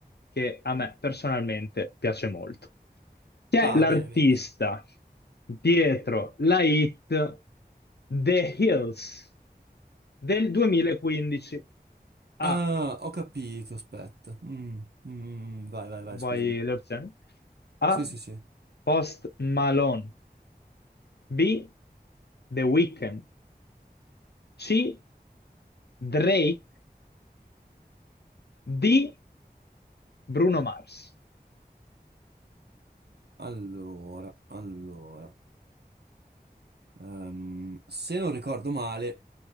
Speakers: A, on the left; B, on the right.
A: che a me personalmente piace molto. Chi è
B: Ah,
A: l'artista
B: bene, bene.
A: dietro la hit The Hills del 2015? A,
B: Ah, ho capito, aspetta. Mm, mm, mm, mm, vai, vai, vai,
A: vuoi
B: scusami.
A: le opzioni? A,
B: Sì, sì, sì.
A: Post Malone. B. The Weeknd. C. Drake. D. Bruno Mars.
B: Allora, allora. Ehm, se non ricordo male,